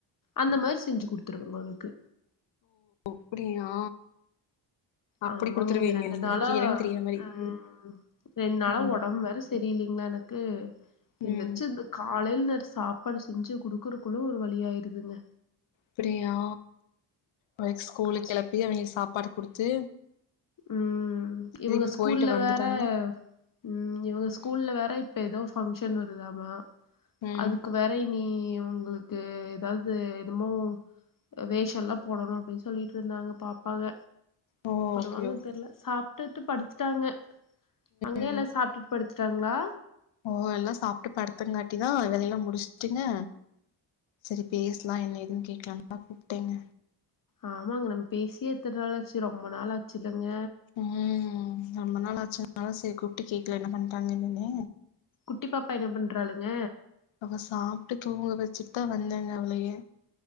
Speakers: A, on the left (about 45°); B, on the left (about 75°).
A: அந்த மாதிரி செஞ்சு குடுத்துருவங்க உங்களுக்கு
B: அப்டியா அப்டி
A: ஆமாங்க
B: குடுத்துருவீங்க
A: இந்த ரெண்டு
B: நீங்க
A: நாளா
B: கீரன்னு தெரியிற மாரி
A: ம் ரெண் நாளா
B: ம்
A: ஒடம்பு வேற சரியில்லைங்கலா எனக்கு
B: ம்
A: எந்திரிச்சு கா காலையல்நர் சாப்பாடு செஞ்சு குடுக்குறக்குள்ள ஒரு வழியாயிருதுங்க
B: அப்டியா அவ ஸ்கூலுக்கு
A: கஷ்
B: கெளப்பி அவங்களுக்கு சாப்பாடு குடுத்து
A: ம் ம்
B: திருப்பி
A: இவங்க ஸ்கூல்ல
B: போயிட்டு வந்துட்டாங்கன்னா
A: வேற ம் இவங்க ஸ்கூல்ல
B: ம்
A: வேற இப்ப ஏதோ ஃபண்ங்ஷ ன் வருதாம
B: ம்
A: அதுக்கு வேற இனி உங்களுக்கு ஏதாவது எதுமோ வேஷம்ல்லா போடணு அப்டின்னு சொல்லிட்டு இருந்தாங்க பாப்பாங்க
B: ஓ ஓகே
A: வாங்க
B: ஓகே
A: தெர்ல சாப்ட்டுட்டு படுத்துட்டாங்க அங்க
B: ம்
A: எல்லா சாப்ட்டுட்டு படுத்துட்டாங்களா
B: ஓ எல்லா சாப்ட்டு பத்தங்காட்டிதா வேலையெல்லா முடிச்சுட்டுங்க சரி பேஸ்லா என்ன ஏதுனு கேக்கலான்னு தா கூப்ட்டேங்க
A: ஆமாங்க நம்ம பேசிய எத்தனை நாாளாச்சு ரொம்ப நாாளாச்சு இல்லங்க
B: ம் ரொம்ப நாள் ஆச்சுனால சரி கூப்பிட்டு கேக்கலா என்ன பண்றாங்க என்னனே
A: குட்டி பாப்பா என்ன பண்றாளுங்க
B: அவ சாப்ட்டு தூங்க வச்சுட்டு தா வந்தேங்க அவளயே